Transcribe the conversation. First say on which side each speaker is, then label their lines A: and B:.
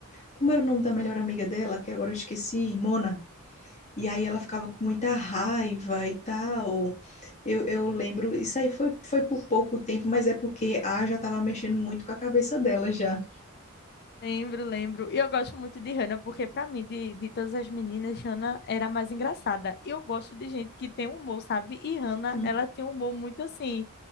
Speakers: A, on the left; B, on the left.
A: como era o nome da melhor amiga dela, que agora eu esqueci, Mona. E aí ela ficava com muita raiva e tal. Eu, eu lembro, isso aí foi, foi por pouco tempo, mas é porque a já estava mexendo muito com a cabeça dela já.
B: Lembro, lembro. E eu gosto muito de Hannah, porque para mim, de, de todas as meninas, Hannah era a mais engraçada. E eu gosto de gente que tem humor, sabe? E Hannah,
A: Uhum.
B: ela tem um humor muito assim